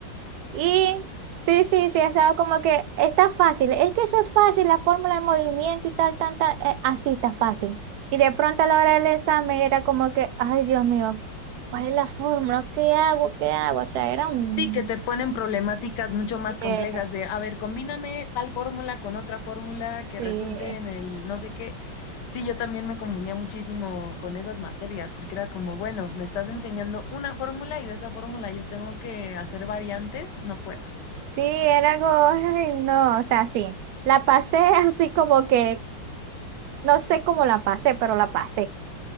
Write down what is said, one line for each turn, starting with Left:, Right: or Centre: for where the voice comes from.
Right: Y sí, sí, sí, estaba como que está fácil. Es que eso es fácil, la fórmula de movimiento y tal, tal, tal. eh, así está fácil. Y de pronto a la hora del examen era como que, ay, Dios mío, ¿cuál es la fórmula? ¿Qué hago? ¿Qué hago? O sea, era un...
Left: Sí, que te ponen problemáticas mucho más
Right: eh,
Left: complejas de, a ver, combíname tal fórmula con otra fórmula
Right: sí.
Left: que resulte en el no sé qué. Sí, yo también me confundía muchísimo con esas materias, porque era como, bueno, me estás enseñando una fórmula y de esa fórmula yo tengo que hacer variantes, no puedo.
Right: Sí, era algo, ay, no, o sea, sí, la pasé <laughs> así como que, no sé cómo la pasé, pero la pasé.